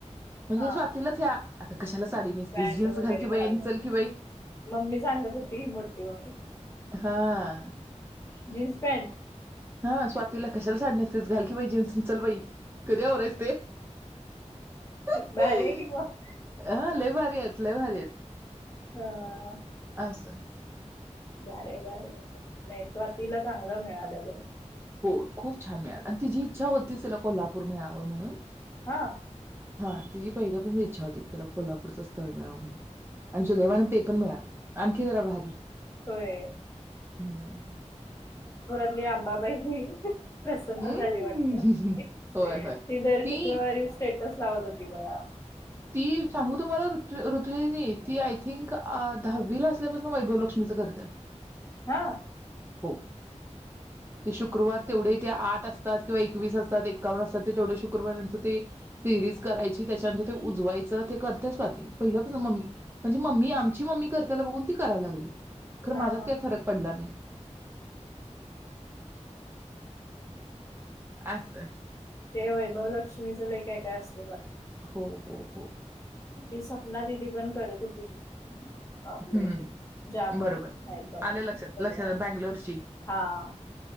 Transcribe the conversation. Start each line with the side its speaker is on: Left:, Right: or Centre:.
Right: म्हणजे
Left: हा
Right: स्वातीलाच ह्या आता कशाला साडी नेसतीस
Left: पॅन्ट
Right: जीन्स
Left: वगैरे
Right: घाल की बई आणि
Left: म्हणून
Right: चल की बई
Left: मम्मी सांगत होती मोठी मम्मी
Right: हा.
Left: Jeans pant.
Right: हा स्वातीला कशाला साडी नेसतेस घाल की बई जीन्स अणि चल बई. कधी होरयस ते ह
Left: भारी आहे की मग
Right: अ ले भारी आहेत. लई भारीयेत.
Left: <unintelligible>
Right: <unintelligible>
Left: बारे बारे नाही स्वातीला चांगलं मिळालं घर.
Right: हो खूप छान मिळाल आणि ति जी इच्छा होती तिला कोल्हापूर मिळाव म्हणून
Left: हा.
Right: हा तिजी पहिल्यापर इच्छा होती की तिला कोल्हापूरचं स्थळ मिळाव म्हणून आणि सुदैवान ते पण मिळा आणखी जरा भारी
Left: होय
Right: हम्म.
Left: ये आंबा बाई प्रसन्न
Right: हम्म
Left: झाली वाटत
Right: होय होय
Left: ती दर
Right: ती
Left: शुक्रवारी स्टेटस <unintelligible> होती बया.
Right: ती सांगू तुम्हाला ऋत ऋतु दीदी ती आय थिंक आ दहावी ला असल्यापासून वैभव लक्ष्मीच करतेय.
Left: हा
Right: हो. ते शुक्रवार तेवढे ते आठ असतात किंवा एकवीस असतात एक्कावन अस त ते तेवढे शुक्रवारांच ते सिरीज करायची त्याच्यानंत ते उजवायचं ते करता स्वाती पहिलं कस मम्मी म्हणजे मम्मी आमची मम्मी करत्याला बघून ती करायला लागली. खर माझ्यात
Left: हा
Right: काही फरक पडला नाही. अस
Left: ते वैभवलक्ष्मीचं लय काय काय असतय बा
Right: हो हो हो
Left: ती सपना दिदी पण करत होती की, आपले
Right: हम्म
Left: जाबर
Right: बरोबर.
Left: आहेत बघा
Right: आलं लक्षात
Left: चंद्रभागा
Right: लक्षात बँगलोरची
Left: हा